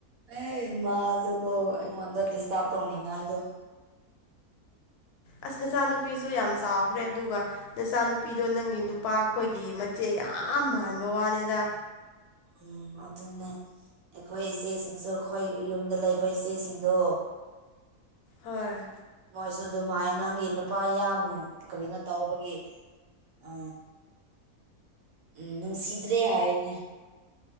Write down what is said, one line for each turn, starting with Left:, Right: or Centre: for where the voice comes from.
Right: ꯑꯦ ꯏꯃꯗꯨꯒꯣ ꯑꯩꯉꯣꯟꯗ ꯗꯤꯁꯇꯥꯔꯕ ꯇꯧꯅꯤꯡꯉꯥꯏꯗꯣ
Left: ꯑꯁ ꯅꯆꯥꯅꯨꯄꯤꯁꯨ ꯌꯥꯝ ꯆꯥꯎꯈ꯭ꯔꯦ ꯑꯗꯨꯒ ꯅꯆꯥꯅꯨꯄꯤꯗꯣ ꯅꯪꯒꯤ ꯅꯨꯄꯥ ꯑꯩꯈꯣꯏꯒꯤ ꯃꯆꯦ ꯌꯥꯝ ꯃꯥꯟꯕ ꯋꯥꯅꯦꯗ
Right: ꯎꯝ ꯑꯗꯨꯅꯦ ꯑꯩꯈꯣꯏ ꯏꯆꯦꯁꯤꯡꯁꯨ ꯑꯩꯈꯣꯏ ꯌꯨꯝꯗ ꯂꯩꯕ ꯏꯆꯦꯁꯤꯡꯗꯣ
Left: ꯍꯣꯏ
Right: ꯃꯣꯏꯁꯨ ꯑꯗꯨꯝ ꯍꯥꯏ ꯅꯪꯒꯤ ꯅꯨꯄꯥ ꯌꯥꯝ ꯀꯔꯤꯅꯣ ꯇꯧꯕꯒꯤ ꯑ ꯎꯝ ꯅꯨꯡ ꯁꯤꯗꯔꯦ ꯍꯥꯏꯅꯦ